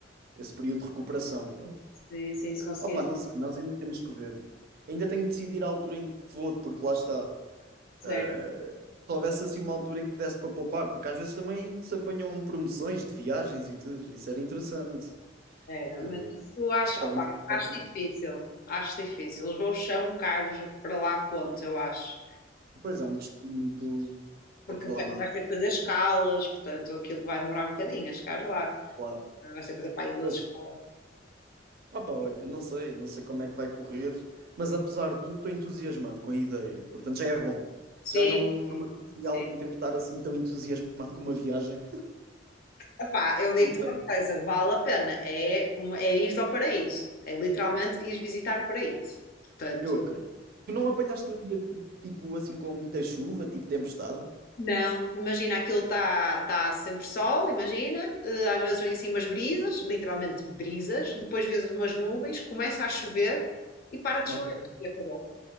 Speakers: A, on the right (about 55°); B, on the left (about 50°).
A: esse período de recuperação. Pois.
B: Sim, sim, se conseguir
A: Opa,
B: isso,
A: não sei, nós ainda temos que ver. Ainda tenho que decidir a altura em que vou, porque lá está.
B: certo.
A: eh, se houvesse assim uma altura em que desse para poupar, porque às vezes também se apanham promoções de viagens e tudo, isso era interessante.
B: Era,
A: Eh,
B: mas isso acho,
A: nós gostávamos
B: opá,
A: de passar
B: acho
A: por
B: difícil.
A: isso.
B: Acho difícil. Os voos são caros para lá, ponto, eu acho.
A: Pois é, um destino muito
B: Porque
A: aclamado,
B: vai, vai ter que fazer escalas, portanto, aquilo vai demorar um bocadinho a chegar lá.
A: claro.
B: Não sei fazer para em duas
A: Pois,
B: escalas.
A: opa, olha, não sei, não sei como é que vai correr, mas apesar de tudo, estou entusiasmado com a ideia, portanto já é bom.
B: Sim,
A: Já não, não
B: sim.
A: me acontecia
B: sim.
A: há algum tempo estar assim tão entusiasmado com uma viagem,
B: Epá, eu digo-te
A: portanto.
B: uma coisa, vale a pena. É, uma, é ires ao paraíso. É literalmente ires visitar o paraíso. Portanto,
A: Eu acredito. Tu não apanhaste nenhum dia, tipo, assim, com muita chuva, tipo tempestade?
B: não, imagina, aquilo está tá sempre sol, imagina. eh, Às vezes vem assim umas brisas, literalmente brisas. Depois vês umas nuvens, começa a chover e para de
A: Ok,
B: chover. E acabou.